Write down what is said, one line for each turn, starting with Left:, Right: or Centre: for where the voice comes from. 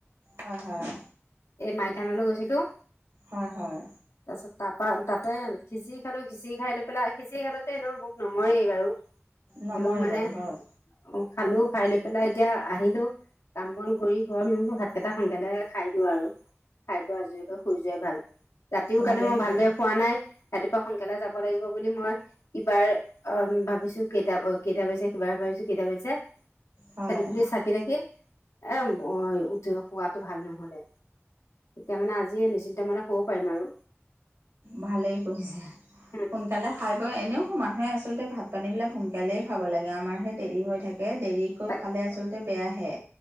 Right: হয় হয়।
Left: এই মাই থানলৈ গৈছিলোঁ,
Right: হয় হয়
Left: তাৰপিছত তাপা তাত ত খিচিৰি খালো খিচিৰি খাই লৈ পেলাই খিচিৰি খালোতে এনেও ভোক নমৰেই বাৰু।
Right: নমৰে
Left: হলও মানে
Right: বাৰু হয়
Left: অ' খালো খাই লৈ পেলাই এতিয়া, আহিলো কাম-বন কৰি ঘৰত <unintelligible> ভাতকেইটা সোনকালে খাই দিওঁ আৰু। খাই বৈ আজৰি হৈ শুই যোৱাই ভাল, ৰাতিও
Right: ভালেই
Left: কালি মই
Right: কৰিলে
Left: ভালদৰে শুৱা নাই। ৰাতিপুৱা সোনকালে যাব লাগিব বুলি মই ইবাৰ অ' ভাবিছো কেইটা কেইটা বাজি সিবাৰ কেইটা বাজিছে?
Right: হয়
Left: সেইটো বুলি চা কে, এ উঠো, শুৱাটো ভাল নহ'লে। এতিয়া মানে আজি নিশ্চিন্ত মনে শুব পাৰিম আৰু।
Right: ভালেই কৰিছে,
Left: উম।
Right: সোনকালে খাই বৈ এনেও মানুহে আচলতে ভাত ভাত-পানীবিলাক সোনকালেই খাব লাগে, আমাৰহে দেৰি হৈ থাকে দেৰিকৈ
Left: তাক
Right: খালে আচলতে বেয়াহে।